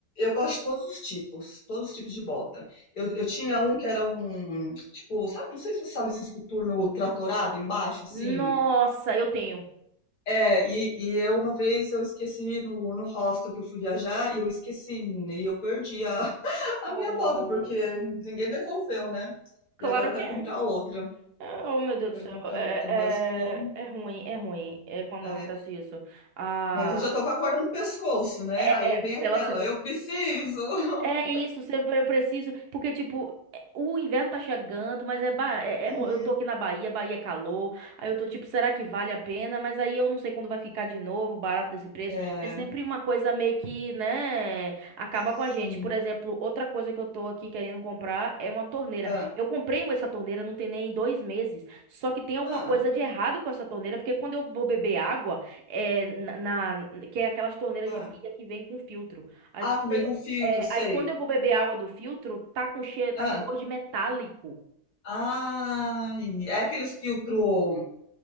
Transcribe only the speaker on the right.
Nossa, eu tenho.
Oh,
claro
que é.
Ah, Oh, meu Deus
do céu,
é,
é,
é é ruim, é ruim é quando
acontece isso. Ah,
é,
é
pela
é isso, se eu eu preciso, porque tipo, é- o inverno tá chegando, mas é, ba- é-
é- eu tô aqui na Bahia, Bahia é calor, aí eu tô tipo, será que vale a pena? Mas aí eu não sei quando vai ficar de novo, barato desse preço.
É sempre uma coisa meio que, né, acaba
com a gente. Por exemplo, outra coisa que eu tô aqui querendo comprar é uma torneira.
Eu comprei essa torneira, não tem nem dois meses, só que tem alguma
coisa de errado com essa torneira, porque quando eu vou beber água, é, na, na- que é aquelas torneiras
de pia que vem com filtro. Aí
quando
é,
aí quando eu vou beber água do filtro, tá com cheiro, tá
com gosto de metálico.